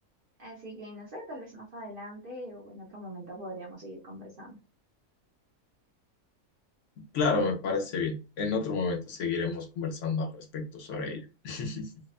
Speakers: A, on the right; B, on the left.
A: Así que no sé, tal vez más adelante o en otro momento podríamos seguir conversando.
B: Claro, me parece bien. En otro momento seguiremos conversando al respecto sobre ello. <laughs>